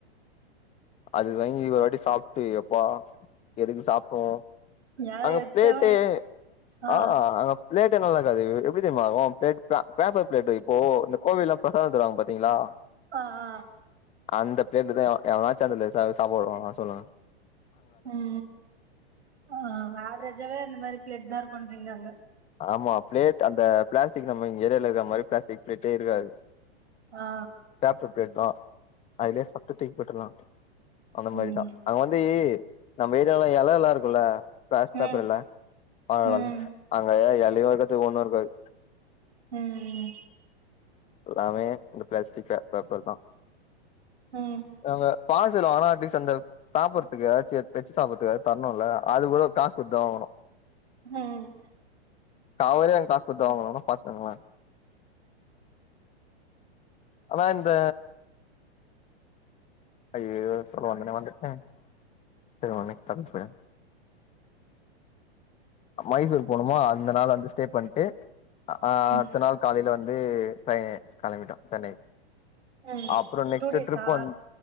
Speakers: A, on the left; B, on the right.
A: அது வங்கி ஒரு வாட்டி சாப்டு எப்பா எதுக்கு சாப்டோ
B: ஏ
A: அங்க
B: எத்தவ
A: ப்ளேட்டே
B: ஆ
A: அஅ அங்க ப்ளேட் <unintelligible> நல்லாக்காது எப்டி தெரிமா ஆவு ப்ளேட் பே பேப்பர் ப்ளேட்டு இப்போ இந்த கோவில்லா பிரசாதோ தருவாங்க பாத்தீங்களா
B: அ அ
A: அந்த ப்ளேட்டு தா எவனாச்சு அந்த ச சாப்ட வருவானா சொல்லு
B: ம் ம் அ ஆவ்ரேஜாவே அந்த மாரி பிளேட் தார் பண்றீங்க அங்க
A: ஆமா பிளேட் அந்த ப்ளாஸ்டிக் நம்ம இங்க ஏரிய இருக்க மாரி ப்ளாஸ்டிக் ப்ளேட்டே இருக்காது
B: ஆ
A: பேப்ப ப்ளேட் தா அதுல்யே சா ட்டு தூக் போட்டுல்லா அந்த மாரி
B: ம்
A: தா அங்க வந்து நம்ப ஏரியால ல எல ல்லா இருக்குல ப்ளாஸ்ட்
B: ம்
A: பேப்பரல <unintelligible>
B: ம்
A: எலையு இருக்காது ஒண்ணு இருக்காது
B: ம்
A: எல்லாமே இந்த பிளாஸ்டிக் பேப்பர் தான்
B: ம்
A: அவுங்க பா ஆா அந்த சாப்பிடறதுக்கு ஏதா வெச்சு சாப்படுறக்கா தரணும்ல அது கூட காசு கொடுத்தான் ஆகணும்
B: ம்
A: கவரயே காஸ் குடுத்தா வாங்கனோ பாத்துக்குங்ல ஆமா இந்த ஐய சொல்ல வந்தனே வந்துட்டேன் சரி்ன் மைசூர் போணுமோ அந்த நாள் வந்து ஸ்டே பண்ணிட்டு ஆஹ்
B: ம்
A: த நாால் காலில வந்து வந்து ச கிளம்பிட்டோம் சென்னை
B: ம்
A: அப்புறோ நெக்ஸ்ட்டு
B: டூ டேஸா
A: ட்ரிப்பு வந்து